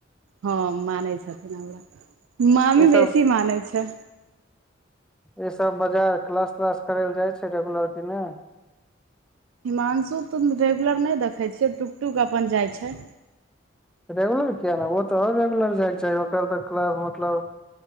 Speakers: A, on the right (about 85°); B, in the centre.
A: हँ मानै छथिन हमरा मामी
B: ई सब
A: बेसी मानै छै,
B: ई सब बजाय क्लास तलास करै लए जाइ छै रेगुलर कि नै
A: हिमांशु तऽ रेगुलर नै देखै छियै टुक टुक अपन जाइ छै,
B: रेगुलर किया नै ओ तऽ ओकर त आओर रेगुलर जाय छै ओकर तऽ क्लास मतलब